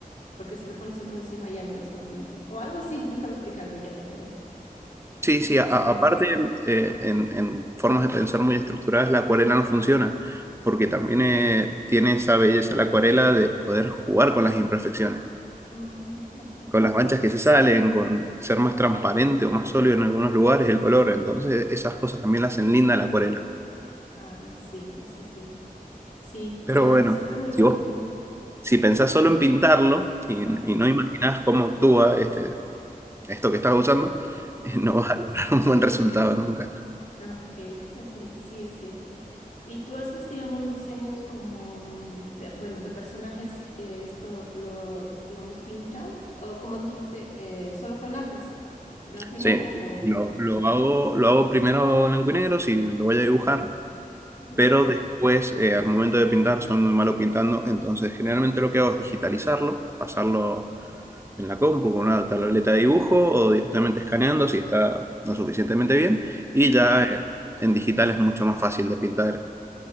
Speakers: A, on the left (about 55°); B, on the right (about 15°).
A: porque si le pones otro encima ya no es lo mismo. O algo así, me estaba explicando ya, pero,
B: Sí, sí,
A: pero
B: a- a-
A: sí.
B: aparte, eh, en, en formas de pensar muy estructuradas, la acuarela no funciona, porque también eh, tiene esa belleza la acuarela de poder jugar con las imperfecciones,
A: Mm, ok,
B: con las
A: sí.
B: manchas que se salen, con ser más transparente o más sólido en algunos lugares el color. Entonces, esas cosas también la hacen linda la acuarela.
A: Ah, sí, sí, sí. Sí,
B: Pero
A: queda,
B: bueno,
A: se queda muy
B: si
A: bonito.
B: vos, si pensás solo en pintarlo y,
A: Ajá,
B: y no imaginás cómo actúa este, esto que estás usando, <laughs>
A: ajá.
B: eh, no vas a lograr un buen resultado nunca.
A: Ah, Ok, ok, sí es cierto. Y tú haces, digamos, diseños como, mm, de- bueno, de personajes, eh, esto lo, digamos, pintas, o como dijiste, eh, solo con lápiz, blanco y
B: Sí,
A: negro o
B: lo,
A: a color.
B: lo hago, lo hago primero blanco y negro si lo voy a dibujar,
A: Ujú,
B: pero después, eh, al momento de pintar, soy muy malo pintando, entonces generalmente lo que hago es digitalizarlo, pasarlo en la compu con una tableta de dibujo o directamente escaneando si está lo suficientemente bien, y
A: ujú.
B: ya eh, en digital es mucho más fácil de pintar,